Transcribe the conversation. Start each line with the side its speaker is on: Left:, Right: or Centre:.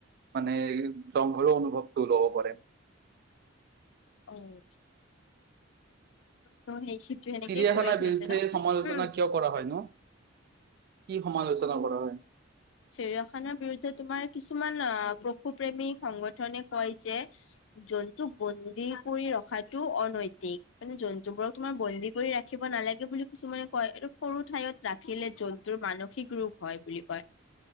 Right: মানে জংঘলো অনুভৱটো ল'ব পাৰে।
Left: অ' ত সেই শিটো এনেকেই
Right: চিৰিয়াখানাৰ
Left: কৰি থৈছে
Right: বিৰুদ্ধে
Left: ন।
Right: সমালোচনা কিয় কৰা হয় নো কি সমালোচনা কৰা হয়।
Left: চেৰিয়াখানৰ বিৰুদ্ধে তোমাৰ কিছুমান আহ পশুপ্ৰেমী সংগঠনে কয় যে। জন্তুক বন্দী কৰি ৰখাটো অনৈতিক মানে জন্তুবোৰক তোমাৰ বন্দী কৰি ৰাখিব। নালাগে বুলি কিছুমানে কয়, এইটো সৰু ঠাইত ৰাখিলে জন্তুৰ মানসিক ৰোগ হয় বুলি কয়।